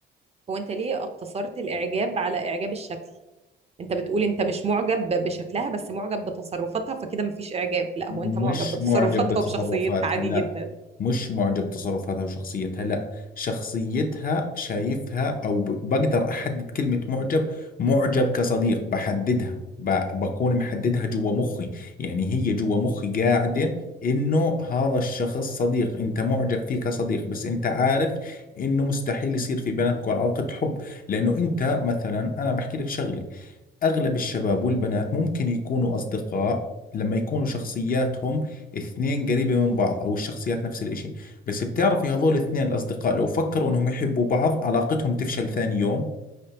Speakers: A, on the right (about 30°); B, on the left (about 45°).
A: هو أنت ليه اقتصرت الإعجاب على إعجاب الشكل أنت بتقول أنت مش معجب ب- بشكلها بس معجب بتصرفاتها فكده مفيش إعجاب لا
B: مش
A: هو أنت معجب بتصرفاتها
B: معجب بتصرفاتها
A: وبشخصيتها عادي
B: لا
A: جدا
B: مش معجب بتصرفاتها وشخصيتها لا شخصيتها شايفها أو ب- بقدر أحدد كلمة معجب معجب كصديق بحددها ب- بكون محددها جوا مخي يعني هي جوا مخي قاعدة إنه هذا الشخص صديق أنت معجب فيه كصديق بس أنت عارف إنه مستحيل يصير في بيناتكم علاقة حب لأنه أنت مثلا أنا بحكي لك شغلة أغلب الشباب والبنات ممكن يكونوا أصدقاء لما يكونوا شخصياتهم اثنين قريبة من بعض أو الشخصيات نفس الإشي بس بتعرفي هذول الاثنين الأصدقاء لو فكروا إنهم يحبوا بعض علاقتهم تفشل ثاني يوم